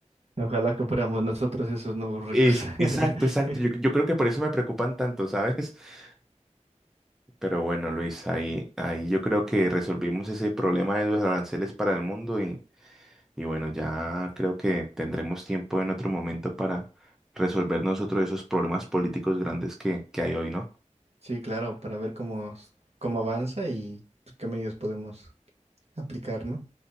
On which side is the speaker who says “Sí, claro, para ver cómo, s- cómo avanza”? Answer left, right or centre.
Right